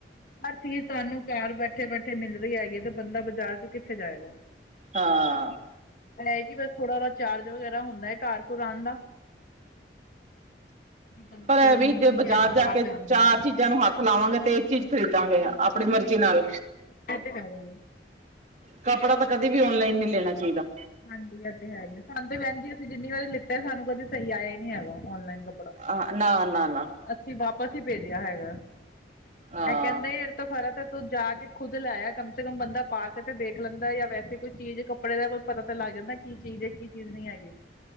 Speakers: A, on the left; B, on the right.
A: ਹਰ ਚੀਜ਼ ਤੁਹਾਨੂੰ ਘਰ ਬੈਠੇ-ਬੈਠੇ ਮਿਲ ਰਹੀ ਹੈਗੀ ਤੇ ਬੰਦਾ ਬਾਜ਼ਾਰ 'ਚ ਕਿੱਥੇ ਜਾਏਗਾ।
B: ਹਾਂ।
A: ਐ ਕੀ ਬਸ ਥੋੜਾ ਉਦਾ ਚਾਰਜ ਵਗੈਰਾ ਹੁੰਦਾ ਏ ਘਰ-ਘੂਰ ਆਣ ਦਾ। ਬੰਦਾ
B: ਪਰ
A: ਚਲੋ
B: ਇਹ ਵੀ
A: ਮਨ
B: ਜੇ
A: ਨੀ
B: ਬਾਜ਼ਾਰ
A: ਹੈਗਾ
B: ਜਾ
A: ਬਾਹਰ
B: ਕੇ
A: ਜਾਣ
B: ਚਾਰ
A: ਦਾ
B: ਚੀਜ਼ਾਂ ਨੂੰ ਹੱਥ ਲਾਵਾਂਗੇ ਤੇ ਇੱਕ ਚੀਜ਼ ਖਰੀਦਾਂਗੇ ਆਪਣੀ ਮਰਜ਼ੀ ਨਾਲ।
A: ਇਹ ਤੇ ਹੈਗਾ ਹੈ
B: ਕੱਪੜਾ ਤਾਂ ਕਦੇ ਵੀ ਔਨਲਾਈਨ ਨੀ ਲੈਣਾ ਚਾਹੀਦਾ।
A: ਹਾਂਜੀ ਐ ਤੇ ਹੈ ਈ ਏ ਸਾਨੂੰ ਤੇ ਬੈਣ ਜੀ ਅਸੀਂ ਜਿੰਨੀ ਵਾਰੀ ਲਿੱਤੇ ਸਾਨੂੰ ਕਦੇ ਸਹੀ ਆਇਆ ਹੀ ਨੀ ਹੈਗਾ ਓਨਲਾਈਨ ਕੱਪੜਾ।
B: ਆ ਨਾ ਨਾ ਨਾ।
A: ਅਸੀਂ ਵਾਪਸ ਹੀ ਭੇਜਿਆ ਹੈਗਾ।
B: ਹਾਂ
A: ਇਹ ਕਹਿੰਦੇ ਇਸ ਤੋਂ ਖਰਾ ਤਾਂ ਤੂੰ ਜਾ ਕੇ ਖੁਦ ਲੈ ਆ ਕਮ ਸੇ ਕਮ ਬੰਦਾ ਪਾ ਕੇ ਤੇ ਦੇਖ ਲੈਂਦਾ ਜਾਂ ਵੇਸੈ ਕੋਈ ਚੀਜ਼ ਕੱਪੜੇ ਦਾ ਕੋਈ ਪਤਾ ਤਾਂ ਲੱਗ ਜਾਂਦਾ ਕੀ ਚੀਜ਼ ਹੈ, ਕੀ ਚੀਜ਼ ਨਹੀਂ ਹੈਗੀ।